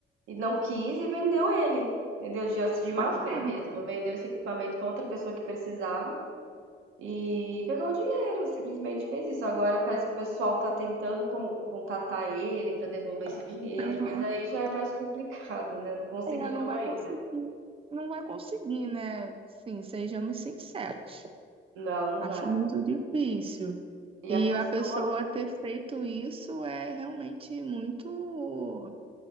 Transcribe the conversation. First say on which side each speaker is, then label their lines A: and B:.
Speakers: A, on the right; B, on the right.
A: e não quis e vendeu ele, vendeu de, de
B: caramba,
A: má fé mesmo, vendeu esse equipamento para outra pessoa que precisava, e pegou o dinheiro, simplesmente fez isso. Agora parece que o pessoal tá tentando con- contatar ele pra devolver esse dinheiro,
B: aham.
A: mas aí já é mais complicado, né? Não conseguiram
B: Ela não vai
A: ainda.
B: conseguir, não vai conseguir, né? Sim, sejamos sinceros.
A: Não, não
B: Acho
A: vai.
B: muito difícil.
A: E
B: E
A: a pessoa.
B: a pessoa ter feito isso é realmente muito.